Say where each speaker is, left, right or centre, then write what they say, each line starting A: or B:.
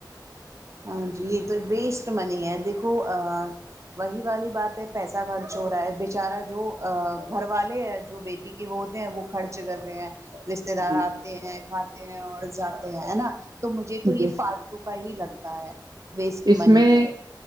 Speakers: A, on the right (about 40°); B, on the right (about 60°).
A: ہاں جی یہ تو ویسٹ منی ہے دیکھو وہی والی بات ہے پیسہ خرچ ہو رہا ہے بچارا جو گھر والے ہے جو بی وہ ہوتے ہیں وہ خرچ کر رہے ہیں رشتے دار
B: جی
A: آتے ہیں کھاتے ہیں اور جاتے ہیں نا تو مجھے تو یہ
B: جی
A: ف کا ہی لگتا ہے ویسٹ
B: اس
A: منی
B: میں
A: ہے